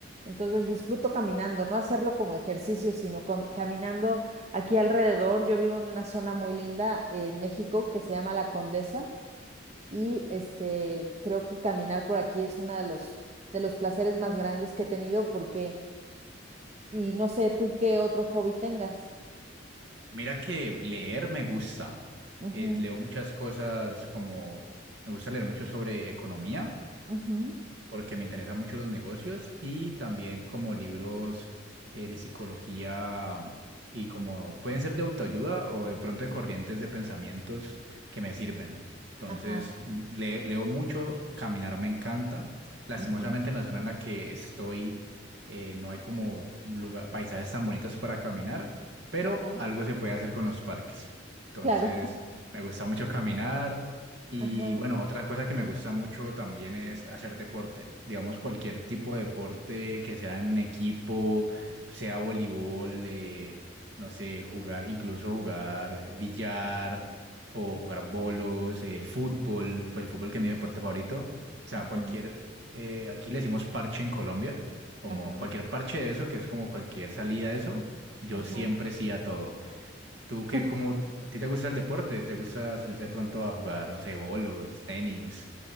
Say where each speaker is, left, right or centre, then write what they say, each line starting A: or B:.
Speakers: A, on the right; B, on the right.
A: Entonces disfruto caminando, no hacerlo como ejercicio, sino cami- caminando aquí alrededor. Yo vivo en una zona muy linda en México que se llama La Condesa y este creo que caminar por aquí es uno de los de los placeres más grandes que he tenido porque y no sé tú qué otro hobby tengas.
B: Mira que leer me gusta.
A: Ujú,
B: Eh, leo muchas cosas como, me gusta leer mucho sobre economía.
A: ujú,
B: porque me interesan mucho los negocios y también como libros eh, de psicología mm, y como pueden ser de autoayuda o de pronto de corrientes de pensamientos que me sirven. Entonces,
A: ajá,
B: m- le- leo mucho, caminar me encanta. Lastimosamente
A: ujú,
B: en la zona en la que estoy eh, no hay como lugar, paisajes tan bonitos para caminar, pero
A: ajá,
B: algo se puede hacer con los parques. Entonces,
A: claro,
B: me gusta mucho caminar. Y
A: <laughs> ajá,
B: bueno, otra cosa que me gusta mucho también es hacer deporte. Digamos, cualquier tipo de deporte que sea en un equipo, sea voleibol, eh, no sé, jugar, incluso jugar eh, billar o jugar bolos, eh, fútbol, pues el fútbol que es mi deporte favorito. O sea,
A: ujú,
B: cualquier, eh, aquí le decimos parche en Colombia, como
A: ajá,
B: cualquier parche de eso, que es como cualquier salida de eso, yo
A: ajá.
B: siempre sí a todo. ¿Tú
A: <laughs>
B: qué, como, a ti te gusta el deporte? ¿Te gusta salir de pronto a jugar, no sé, bolos, tenis,